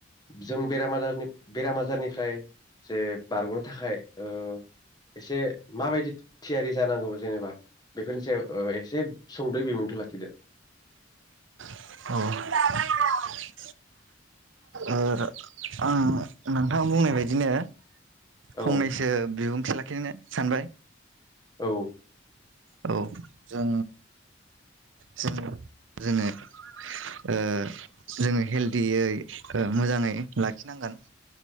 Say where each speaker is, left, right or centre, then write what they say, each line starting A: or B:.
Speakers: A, on the left; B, on the right.
A: जों बेराम आजार बेराम आजारनिफ्राय जे बारग'नो थाखाय ओ एसे माबायदि थियारि जानांगौ जेनेबा बेफोरनि सायाव ओ एसे सुंदयै बिबुंथि लाखिदो
B: औ ओ आं नोंथां बुंनाय बायदिनो
A: औ
B: फंनैसो बिबुं थि लाखिनो सानबाय
A: औ
B: औ जों जों जोङो ओ जोङो हेलदियै मोजाङै लाखिनांगोन